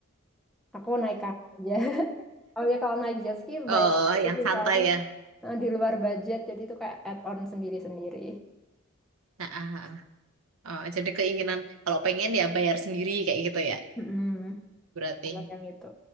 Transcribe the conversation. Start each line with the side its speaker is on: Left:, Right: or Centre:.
Centre: Aku naik kano aja. <laughs> Oh ya kalau naik jet ski
Right: Oh,
Centre: bayar
Right: yang
Centre: itu
Right: santai
Centre: soalnya
Right: ya.
Centre: Nah, di luar budget, jadi itu kayak add-on sendiri-sendiri.
Right: Nah, ah, ah, ah. Oh, jadi keinginan, kalau pengen ya bayar sendiri kayak gitu ya.
Centre: Mm-mm.
Right: Berarti.
Centre: Kalau yang itu.